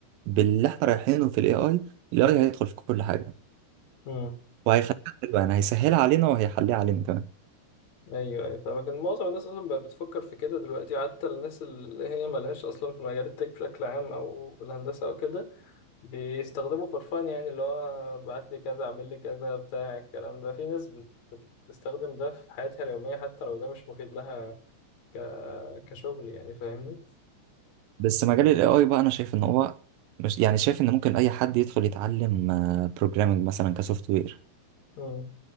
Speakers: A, on the right (about 85°); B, on the left (about 50°).
A: باللي احنا رايحينه في الاي اي الاي اي هيدخل في كل حاجه
B: امم
A: وهيخليها حلوة يعني هيسهلها علينا وهيحليها علينا كمان
B: ايوه ايوه فاهمك إن معظم الناس اصلا بقت بتفكر في كده دلوقتي حتى الناس اللي هي ملهاش اصلا في مجال التك بشكل عام او الهندسه او كده بيستخدموا فرفان يعني اللي هو بعت لي كذا اعمل لي كذا بتاع الكلام ده في ناس بت- بتستخدم ده في حياتها اليوميه حتى لو ده مش مفيد لها ك... كشغل يعني فاهمني
A: بس مجال ال AI بقى أنا شايف إن هو مش يعني شايف إن ممكن أي حد يدخل يتعلم بروجرامنج مثلا كسوفت وير
B: امم